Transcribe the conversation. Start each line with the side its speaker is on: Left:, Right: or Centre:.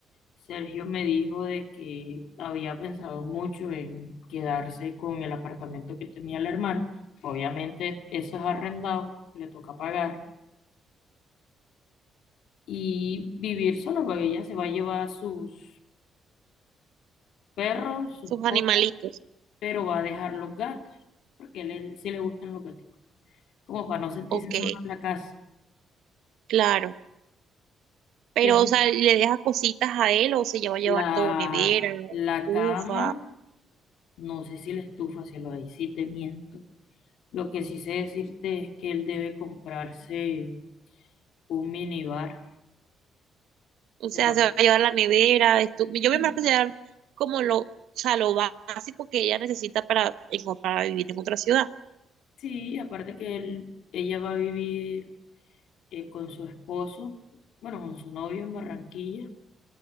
Left: Sergio me dijo de que había pensado mucho en quedarse con el apartamento que tenía el hermano. Obviamente eso es arrendado, le toca pagar y vivir solo, porque ella se va a llevar sus perros, sus
Right: sus animalitos.
Left: cosas, pero va a dejar los gatos, porque a él sí le gustan los gatos, como para no sentirse
Right: Ok,
Left: sola en la casa.
Right: claro. Pero,
Left: Eh,
Right: o sea, le deja cositas a él o se lleva a llevar
Left: La,
Right: todo nevera,
Left: la
Right: ufa
Left: cama, no sé si la estufa, si lo ahí sí te miento. Lo que sí sé decirte es que él debe comprarse un minibar,
Right: O
Left: de
Right: sea,
Left: pronto.
Right: se va a llevar la nevera, estu- yo
Left: Sí,
Right: me imagino que se llevan como lo, o sea, lo básico que ella necesita para, en- para vivir en otra ciudad.
Left: sí, aparte que él, ella va a vivir eh, con su esposo, bueno, con su novio en Barranquilla,